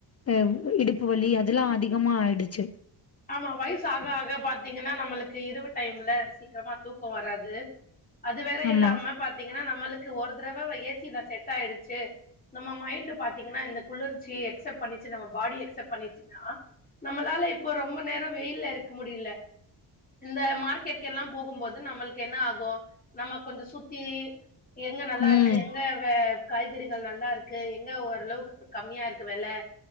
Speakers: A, on the left (about 35°); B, on the left (about 20°).
A: அ இடுப்பு வலி அதெல்லா அதிகமா ஆய்டுச்சு
B: ஆமா வயசு ஆக ஆக பாத்தீங்கன்னா நம்மளுக்கு இரவு டைம்ல சீக்கிரமா தூக்கோ வராது அது வேற
A: ஆமா
B: இல்லாம பாத்தீங்கன்னா நம்மளுக்கு ஒரு தறவ ஏசில செட் ஆயிடுச்சு நம்ம மைண்ட் பாத்தீங்கன்னா இந்த குளிர்ச்சிய எக்செப்ட் பண்ணிச்சு நம்ம பாடிய எக்செப்ட் பண்ணிச்சுன்னா நம்மளால இப்போ ரொம்ப நேரோ வெயில்ல இருக்க முடில இந்த மார்க்கெட்கெல்லா போகும்போது நம்மளுக்கு என்ன ஆகு நம்ம கொஞ்ச சுத்தி எங்க நல்லா
A: ம்
B: இருக்கு எங்க வே காய்கறிகள் நல்லா இருக்கு எங்க ஓரளவுக்கு கம்மியா இருக்கு வெல